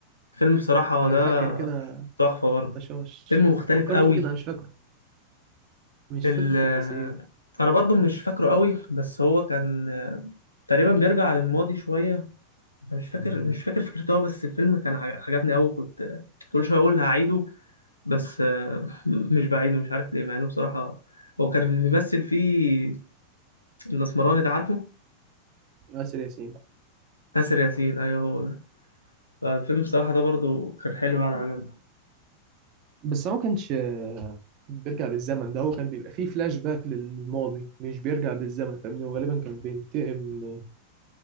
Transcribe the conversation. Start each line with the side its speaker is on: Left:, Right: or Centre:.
Left: فيلم بصراحة
Right: انا
Left: ده
Right: فاكر كده
Left: تحفة برضه
Right: طشاش
Left: فيلم مختلف
Right: فكرني
Left: قوي
Right: بيه كده انا مش فاكره مش
Left: ال
Right: فاكر التفاصيل
Left: أنا برضه مش فاكره قوي بس هو كان تقريبا بيرجع للماضي شوية أنا مش فاكر مش فاكر فكرته أوي، بس الفيلم كان عج- عجبني قوي كنت كل شوية أقول هعيده بس آه، <laughs> مش بعيده مش عارف ليه مع إنه بصراحة هو كان اللي بيمثل فيه الأسمراني ده عارفه؟
Right: آسر ياسين
Left: آسر ياسين أيوه هو ده فالفيلم بصراحة ده برضه كان حلو يعني عجبني
Right: بس هو ما كانش آه، بيرجع بالزمن ده هو كان بيبقى فيه فلاش باك للماضي مش بيرجع بالزمن فاهمني وغالبا كان بينتقم